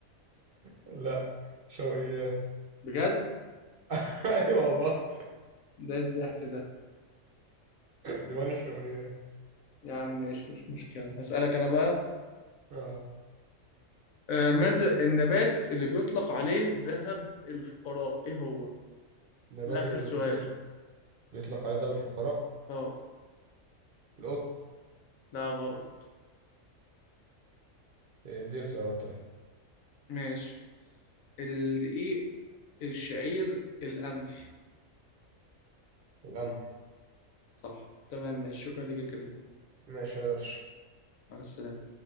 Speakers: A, on the right; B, on the left.
A: لا شوقيات
B: بجد
A: <laughs> أيوة والله
B: ده الضحك ده
A: ديوان الشوقيات
B: يا عم ماشي مش مشكلة هسألك أنا بقى
A: آه
B: آه، ماذا النبات اللي بيطلق عليه ذهب الفقراء إيه هو؟
A: نبات
B: ده آخر
A: اللي
B: سؤال
A: بيت- بيطلق عليه داب الفقراء
B: أه
A: القطن
B: لا غلط
A: إيه، دي اختيارات طيب
B: ماشي الدقيق الشعير القمح
A: القمح
B: صح تمام ماشي شكرا لك يا كريم
A: ماشي قدرش
B: مع السلامة